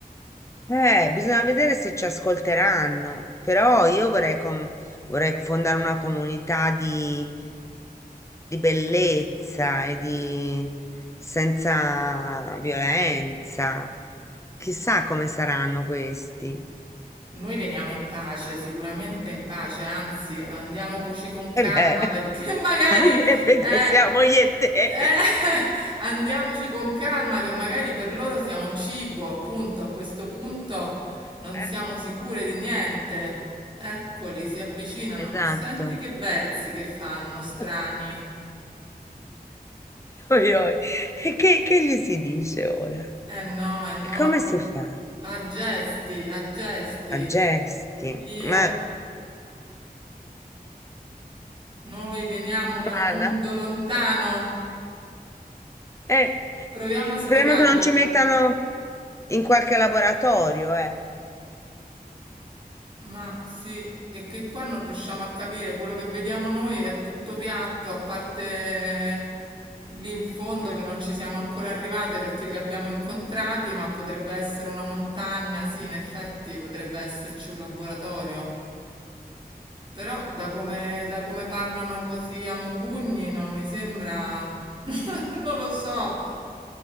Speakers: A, on the left (about 20°); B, on the right (about 30°).
A: Eh, bisogna vedere se ci ascolteranno, però io vorrei, com- vorrei fondare una comunità di, di bellezza e di senza violenza. Chissà come saranno questi.
B: Noi veniamo in pace, sicuramente in pace, anzi andiamoci con calma
A: E beh,
B: perché
A: <laughs>
B: <laughs> magari
A: anche perché
B: eh,
A: siamo io e te.
B: eh, <laughs> andiamoci con calma che magari per loro siamo cibo, appunto, a questo punto non
A: Eh,
B: siamo sicure di niente. Eccoli, si avvicinano,
A: esatto.
B: ma senti che versi che fanno, strani.
A: <laughs> Oi, oi. E che, che gli si dice ora?
B: Eh no, eh no,
A: E come
B: pro-
A: si fa?
B: a gesti, a gesti.
A: A gesti.
B: Io,
A: Ma
B: noi veniamo da
A: guarda,
B: un mondo lontano.
A: eh,
B: Proviamo a spiegarglielo.
A: speriamo che non ci mettano in qualche laboratorio, eh.
B: Ma sì, è che
A: <laughs>
B: qua non riusciamo a capire, quello che vediamo noi è tutto piatto, a parte lì in fondo
A: Eh,
B: che non ci siamo ancora arrivate perché li abbiamo incontrati, ma potrebbe essere una montagna, sì, in effetti potrebbe esserci un laboratorio. Però da come, da come parlano così a mugugni non mi sembra... <laughs> non lo so.